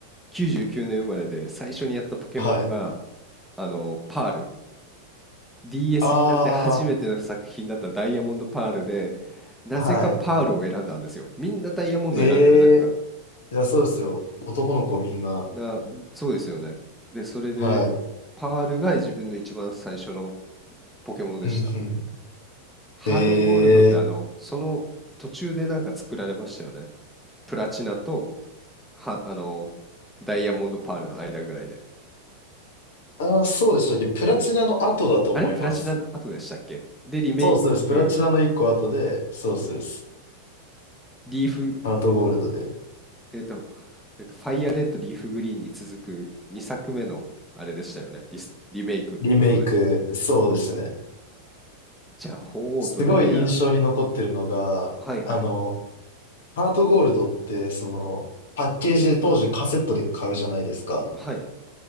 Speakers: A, in the centre; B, on the left.
A: 99年生まれで最初にやったポケモンが
B: はい。
A: あのパール。DS
B: あ
A: になって初めての作品だったダイヤモンドパールで、なぜかパールを選んだんですよ。
B: あ、はい。
A: みんなダイヤモンドを選んでる中、
B: ええいや、そうですよ。男の子みんな。
A: な、そうですよね。で、それで、
B: はい。
A: パールが自分の一番最初のポケモンでした。
B: うんうん。
A: ハートゴールドってあの、
B: ええ
A: その途中でなんか作られましたよね。プラチナと、は、あの、ダイヤモンドパールの間ぐらいで。
B: ああー、そうでしたっけプラチナの後だと思います。
A: あれプラチナの後でしたっけで、リメイク、
B: そうそうです。プラチナの一個後で、そうそうです。
A: リーフ、
B: ハートゴールドで。
A: えっと、えっと、ファイアレッド、リーフグリーンに続く2作目のあれでしたよね。リス、リメイクってことで。
B: リメイク、そうですね。
A: じゃあ、鳳凰とルギア、
B: すごい印象に残ってるのが、
A: はいはい、
B: あの、ハートゴールドって、その、パッケージで当時カセットで買うじゃないですか。
A: はい。